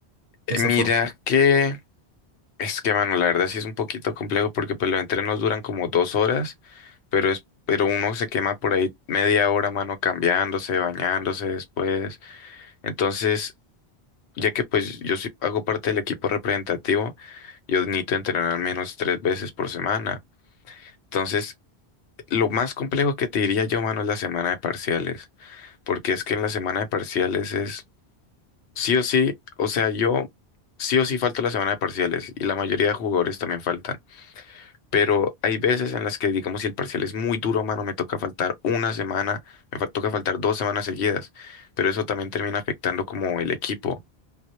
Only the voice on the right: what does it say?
de esa
forma?